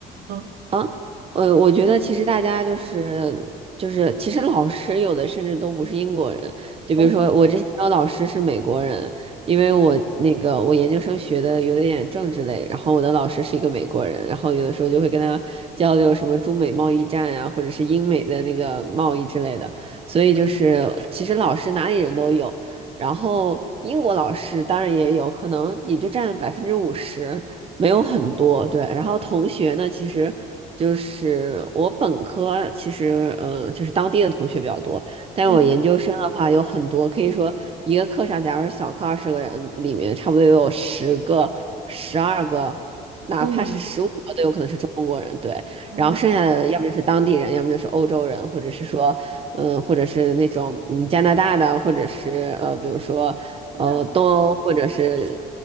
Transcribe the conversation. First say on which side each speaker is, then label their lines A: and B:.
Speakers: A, on the right; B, on the right.
A: 嗯，
B: 啊，呃，我觉得其实大家就是就是，其实老师有的甚至都不是英国人，就比如说我之前有老师是美国人，
A: 哦，
B: 因为我那个我研究生学的有点政治类，然后我的老师是一个美国人，然后有的时候就会跟他交流什么中美贸易战呀、或者是英美的那个贸易之类的，所以就是其实老师哪里人都有。然后英国老师当然也有可能也就占百分之五十，没有很多，对。然后同学呢，其实就是我本科，其实呃，就是当地的同学比较多，但是我研究生的话有很多，
A: 嗯，
B: 可以说一个课上，假如是小课二十个人，里面差不多也有十个、十二个，哪怕是十五个都有可能是中国人，
A: 中国人。
B: 对。
A: 哦，
B: 然后剩下的要么就是当地人，要么就是欧洲人，或者是说，嗯、或者是那种嗯加拿大的，或者是呃，比如说呃东欧或者是
A: 现在